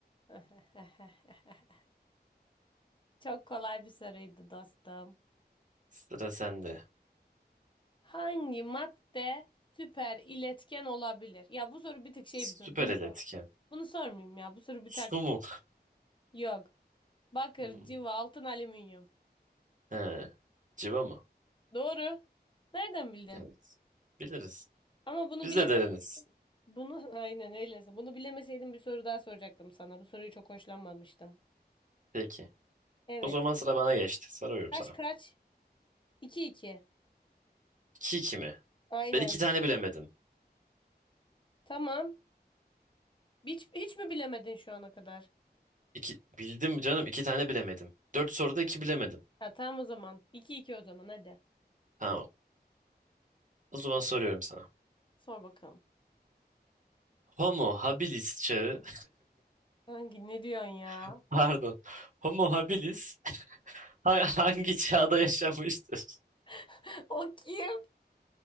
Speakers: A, on the left (about 30°); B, on the right (about 50°).
A: <laughs> Çok kolay bir soruydu dostum.
B: Sıra sende.
A: Hangi madde süper iletken olabilir? Ya bu soru bir tık şey
B: Süper
A: bir soru. Bunu
B: el
A: sor.
B: etken.
A: Bunu sormayayım ya. Bu soru bir
B: Su
A: tık.
B: mu?
A: Yok. Bakır,
B: Hı.
A: civa, altın, alüminyum.
B: He. Civa mı?
A: Doğru. Nereden bildin?
B: Evet. Biliriz.
A: Ama bunu
B: Biz
A: bileme
B: de deriniz.
A: bunu <laughs> aynen öyleyse. Bunu bilemeseydim bir soru daha soracaktım sana. Bu soruyu çok hoşlanmamıştım.
B: Peki.
A: Evet.
B: O zaman sıra bana geçti. Soruyorum
A: Kaç
B: sana.
A: kaç? 2 iki.
B: İki 2 mi?
A: Aynen.
B: Ben iki tane bilemedim.
A: Tamam. Hiç, hiç mi bilemedin şu ana kadar?
B: İki, bildim canım iki tane bilemedim. Dört soruda iki bilemedim.
A: Ha, tamam o zaman. 2 iki o zaman hadi.
B: Tamam. O zaman soruyorum sana.
A: Sor bakalım.
B: Homo habilis çağı,
A: Hangi ne diyorsun ya?
B: <laughs> pardon. Homo habilis <laughs> ha- hangi çağda yaşamıştır?
A: <laughs> O kim?